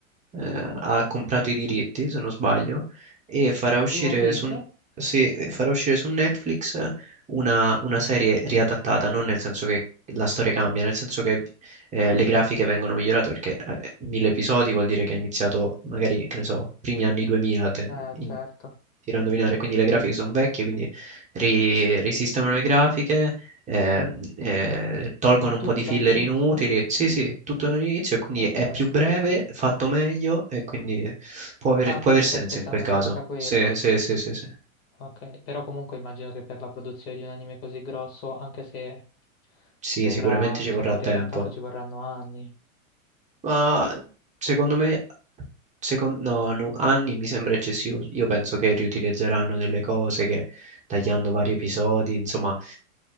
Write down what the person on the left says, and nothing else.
Di One Piece?
Eh,
certo.
Ma tutto
dall'inizio?
Ah,
incredibile.
Ah,
quindi
stai aspettando
che esca quello.
Ok, però comunque immagino che per la produzione di un anime così grosso, anche se
verrà,
diciamo,
riadattato,
ci vorranno anni.